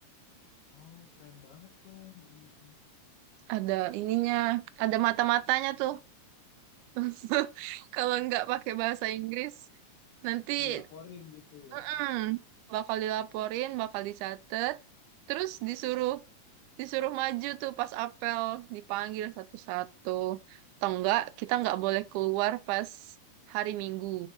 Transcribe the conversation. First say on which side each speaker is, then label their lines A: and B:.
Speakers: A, on the left (about 85°); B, on the right (about 85°).
A: Oh, keren banget tuh. Hmm, hmm.
B: Ada ininya, ada mata-matanya tuh. <laughs> Kalau nggak pakai bahasa Inggris, nanti
A: Dilaporin gitu ya.
B: mm, bakal dilaporin, bakal dicatat, terus disuruh disuruh maju tuh pas apel dipanggil satu-satu atau enggak kita nggak boleh keluar pas hari Minggu